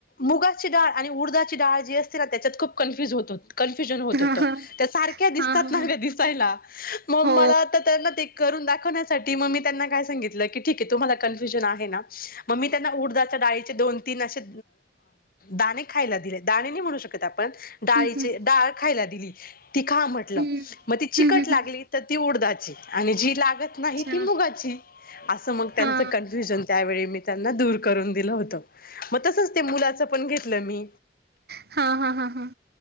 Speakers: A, on the left (about 55°); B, on the right (about 60°).
A: मुगाची डाळ आणि उडदाची डाळ जी असते ना त्याच्यात खूप कन्फ्युज होतो. कन्फ्युजन होत
B: हा
A: होत
B: हा
A: त्या सारख्या दिसतात
B: हा
A: ना
B: हा
A: ग दिसायला मग
B: हो
A: मला आता त्यांना ते करून दाखवण्यासाठी म मी त्यांना काय सांगितलं की ठीक आहे तुम्हाला कॅन्फुजन आहे ना म मी त्यांना उडदाच्या डाळीचे दोन तीन असे दाणे खायला दिले दाणे नाही म्हणू शकत आपण डाळीचे
B: हम्म हम्म
A: डाळ खायला दिली ती खा म्हटलं
B: हम्म हम्म
A: म ती चिकट
B: हम्म
A: लागली
B: हम्म.
A: त ती उडदाची आणि जी लाग नाही
B: अच्छा
A: ती मुगाची. असं मग त्यांचं
B: हा
A: कन्फ्युजन त्यावेळी मी त्यांना दूर करून दिलं होत. तसंच ते मुलाचं पण घेतलं मी.
B: हा, हा, हा, हा